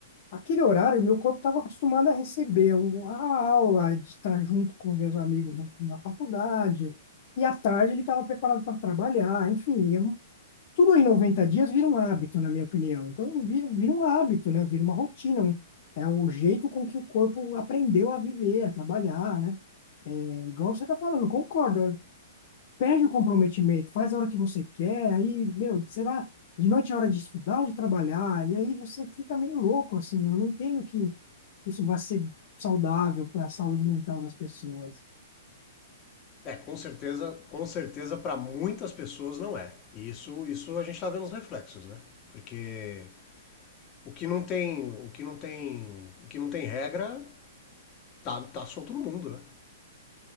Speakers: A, on the left; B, on the left.
A: Aquele horário, meu corpo estava acostumado a receber o- a aula, de estar junto com meus amigos na, na faculdade, e à tarde ele estava preparado para trabalhar, enfim, eu, tudo em 90 dias vira um hábito, na minha opinião. Então, vira, vira um hábito, né? Vira uma rotina, um- é o jeito com que o corpo aprendeu a viver, a trabalhar, né? É igual você está falando, concordo perde o comprometimento, faz a hora que você quer, aí, meu, será de noite é hora de estudar ou de trabalhar? E aí você fica meio louco, assim, eu não entendo que isso vai ser saudável para a saúde mental das pessoas.
B: É, com certeza, com certeza para muitas pessoas não é. E isso, isso a gente tá vendo os reflexos, né? Porque o que não tem, o que não tem, o que não tem regra, tá, tá solto no mundo, né?